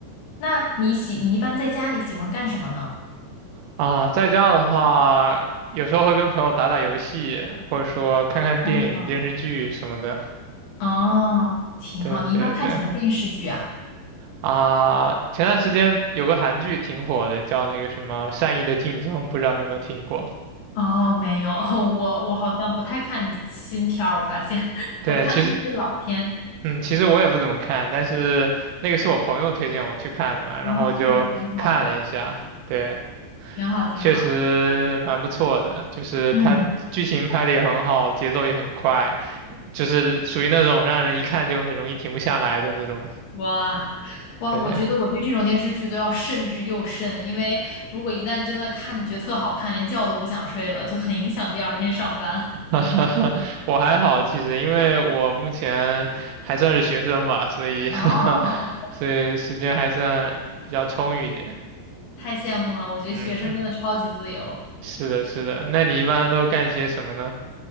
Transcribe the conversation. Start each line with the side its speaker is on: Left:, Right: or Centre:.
Left: 那你喜，你一般在家里喜欢干什么呢？
Right: 啊，在家的话，有时候会跟朋友打打游戏，或者说看看电影、
Left: 嗯，
Right: 电视剧什么的。
Left: 哦，挺好，
Right: 对对对。
Left: 你一般看什么电视剧啊？
Right: 啊，前段时间有个韩剧挺火的，叫那个什么《善意的竞争》，不知道你有没有听过？
Left: 哦，没有，<laughs> 我我好像不太看新片儿，我发现 <laughs>
Right: 对，
Left: 我看都是些老片。
Right: 其实，嗯，其实我也不怎么看，但是那个是我朋友推荐我去看的嘛，然后我就看了一下，
Left: 哦，挺好的，
Right: 对，
Left: 挺好，挺好。
Right: 确实蛮不错的，就是它剧情拍的也很好，
Left: 嗯。
Right: 节奏也很快，就是属于那种让人一看就很容易停不下来的那种。
Left: 哇哇，
Right: 对，
Left: 我觉得我对这种电视剧都要慎之又慎，因为如果一旦真的看觉得特好看，连觉都不想睡了，就很影响第二天上班。
Right: <laughs> 我还好，其实因为我目前还算是学生吧，所以
Left: <laughs> 哦，
Right: <laughs> 所以时间还算比较充裕一点。
Left: 太羡慕了，我觉得学生真的超级自由
Right: 嗯，是的，是的。那你一般都干些什么呢？